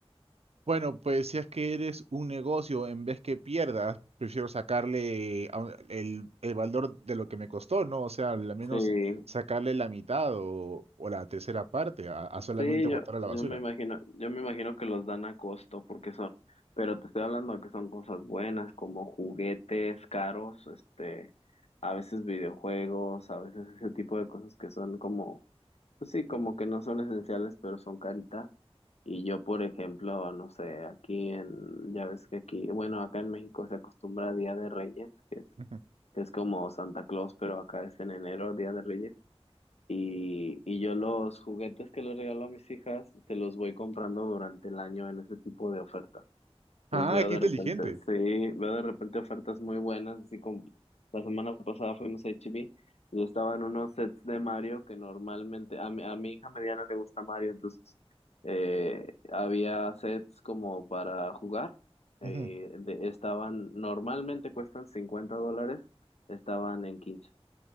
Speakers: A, on the right (about 75°); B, on the left (about 80°).
A: Bueno, pues si es que eres un negocio, en vez que pierdas, prefiero sacarle a un- el, el valor de lo que me costó, ¿no? O sea, al menos
B: Sí,
A: sacarle la mitad o, o la tercera parte a, a solamente
B: sí,
A: botar
B: yo,
A: a la
B: yo
A: basura.
B: me imagino, yo me imagino que los dan a costo, porque son, pero te estoy hablando de que son cosas buenas, como juguetes caros, este, a veces videojuegos, a veces ese tipo de cosas que son como Pues sí, como que no son esenciales, pero son caritas. Y yo, por ejemplo, no sé, aquí en, ya ves que aquí, bueno, acá en México se acostumbra a Día de Reyes, que es,
A: Ujú.
B: que es como Santa Claus, pero acá es en enero, Día de Reyes. Y, y yo los juguetes que les regalo a mis hijas, se los voy comprando durante el año en ese tipo de ofertas. Entonces
A: Ah,
B: veo
A: qué
B: de
A: inteligente.
B: repente, sí, veo de repente ofertas muy buenas, así como la semana pasada fuimos a h E b y estaban unos sets de Mario que normalmente, a mi, a mi hija mediana le gusta Mario, entonces eh, había sets como para jugar,
A: Ujú.
B: eh, de- estaban, normalmente cuestan 50 dólares, estaban en quince